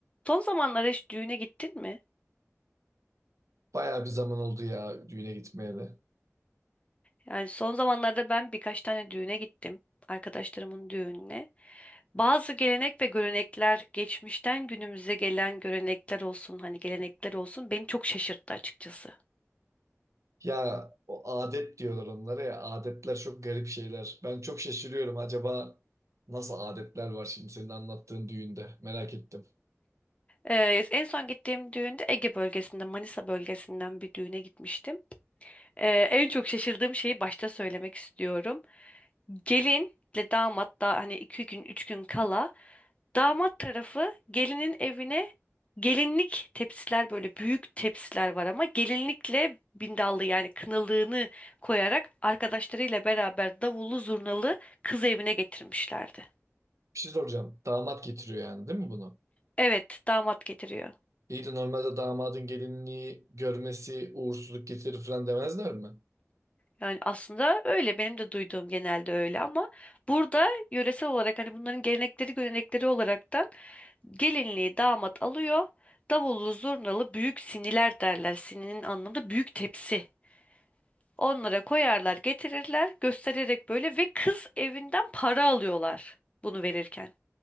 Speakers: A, on the left; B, on the right.
A: Son zamanlarda hiç düğüne gittin mi?
B: Bayağı bir zaman oldu ya düğüne gitmeyeli.
A: Yani son zamanlarda ben birkaç tane düğüne gittim. Arkadaşlarımın düğününe. Bazı gelenek ve görenekler geçmişten günümüze gelen görenekler olsun hani gelenekler olsun beni çok şaşırttı açıkçası.
B: Ya o adet diyorlar onlara ya. Adetler çok garip şeyler. Ben çok şaşırıyorum. Acaba nasıl adetler var şimdi senin anlattığın düğünde? Merak ettim.
A: Ee, en son gittiğim düğünde Ege bölgesinde Manisa bölgesinden bir düğüne gitmiştim. Ee, en çok şaşırdığım şeyi başta söylemek istiyorum. Gelinle damat da hani iki gün üç gün kala damat tarafı gelinin evine gelinlik tepsiler böyle büyük tepsiler var ama gelinlikle bindallı yani kınalığını koyarak arkadaşlarıyla beraber davullu zurnalı kız evine getirmişlerdi.
B: Bir şey soracağım. Damat getiriyor yani değil mi bunu?
A: Evet damat getiriyor.
B: İyi de normalde damadın gelinliği görmesi uğursuzluk getirir falan demezler mi?
A: Yani aslında öyle benim de duyduğum genelde öyle ama burada yöresel olarak hani bunların gelenekleri görenekleri olaraktan Gelinliği damat alıyor. Davullu zurnalı büyük siniler derler. Sininin anlamda büyük tepsi. Onlara koyarlar, getirirler, göstererek böyle ve kız evinden para alıyorlar bunu verirken.